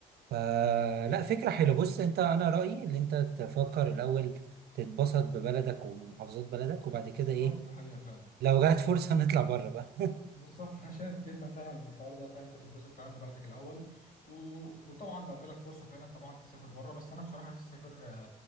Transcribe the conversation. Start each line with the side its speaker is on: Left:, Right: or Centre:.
Right: فلا فكرة حلوة بص أنت أنا رأيي إن أنت تفكر الأول تتبسط ببلدك ومحافظات بلدك وبعد كده
Left: بالظبط
Right: إيه
Left: ده حقيقه فعلا
Right: لو جات فرصة <laughs> نطلع بره بقى
Left: بالظبط <laughs> انا شايف جدا فعلا الحوار ده فعلا انت تتبسط فعلا ببلدك الاول و... وطبعا لو جالك فرصه فعلا طبعا تسافر بره بس انا بصراحه نفسي اسافر